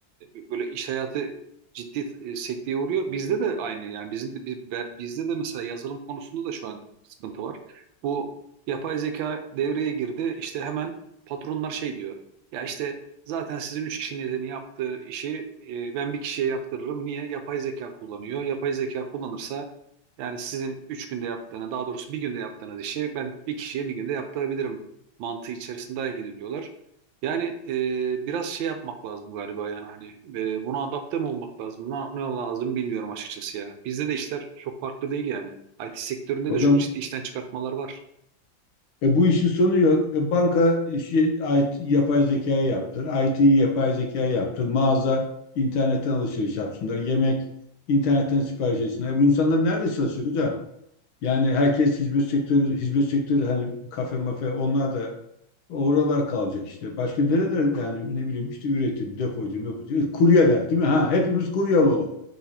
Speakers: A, on the right; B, on the left.
A: e, böyle iş hayatı ciddi e, sekteye uğruyor. Bizde de aynı yani bizim de bi- ben- bizde de mesela yazılım konusunda da şu an sıkıntı var. Bu yapay zeka devreye girdi. İşte hemen patronlar şey diyor. Ya işte zaten sizin üç kişinin yaptığı işi e, ben bir kişiye yaptırırım. Niye? Yapay zeka kullanıyor. Yapay zeka kullanırsa yani sizin üç günde yaptığını, daha doğrusu bir günde yaptığınız işi ben bir kişiye bir günde yaptırabilirim mantığı içerisinde hareket ediyorlar. Yani e, biraz şey yapmak lazım galiba yani hani e, buna adapte mi olmak lazım? Ne, ne lazım bilmiyorum açıkçası ya. Bizde de işler çok farklı değil yani. IT sektöründe
B: Hocam
A: de çok ciddi işten çıkartmalar var.
B: E, bu işin sonu yok. E, banka işi IT, yapay zekaya yaptır. IT'yi yapay zekaya yaptır. Mağaza internetten alışveriş yapsınlar. Yemek internetten sipariş etsinler. E, bu insanlar nerede çalışacak hocam? Yani herkes hizmet sektörü, hizmet sektörü hani kafe mafe onlar da oralar kalacak işte. Başka nereler yani ne bileyim işte üretim, depocu, mepocu. E, kuryeler değil mi? Ha hepimiz kurye olalım.